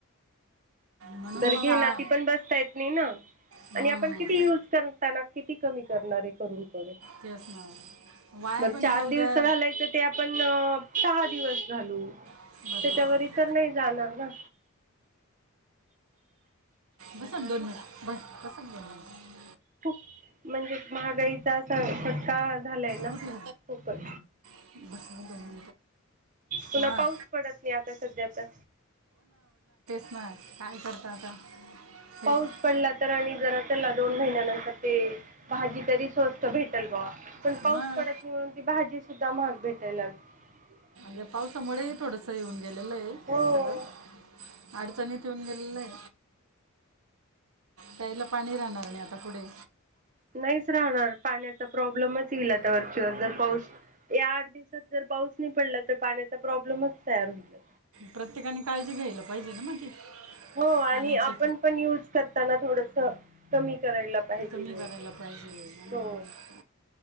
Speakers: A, on the right; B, on the right.
A: म्हणून
B: बर
A: मग
B: घेना
A: आ-
B: ती पण बसता येत नाही ना
A: हं,
B: आणि आपण किती युज करताना किती कमी करणारे करून करून
A: तेच ना वाया
B: बर
A: पण
B: चार
A: जाऊ
B: दिवस
A: द्या
B: घालायचं ते आपण सहा किती दिवस घालू
A: बरोबर
B: त्याच्यावरी
A: बरोबर
B: तर नाही जाणार ना
A: बसात दोन मिनट बस बसात दोन मिनट
B: खूप म्हणजे महागाईचा असा फटका झालाय ना
A: कुठे
B: खुपच
A: <unintelligible>
B: पुन्हा
A: हां
B: पाऊस पडत नाही आता सध्या तर
A: बरं काय करता आता तेच
B: पाऊस पडला तर आणि <inaudible> चला दोन महिन्यानंतर ते भाजी तरी स्वस्त भेटेल ग पण
A: मग
B: पाऊस पडत नाही म्हणून ती भाजी सुद्धा महाग भेटायला लागली
A: या पावसामुळे थोडस येऊन गेलेल आहे
B: हो
A: सगळ अडचणीत पिऊन गेलेला आणि प्यायला पाणी राहणार नाही आता पुढे
B: नाहीच राहणार पाण्याचा प्रॉब्लेमच येईल आता वरचीवर जर पाऊस या आठ दिस जर पाऊस नाही पडला तर पाण्याचा प्रॉब्लेमच तयार होल
A: प्रत्येकानी काळजी घ्यायला पाहिजे ना मग ती
B: हो आणि
A: पाण्याची
B: आपण पण युज करताना थोडस कमी करायला पाहिजे
A: कमी
B: य
A: करायला पाहिजे आणि
B: हो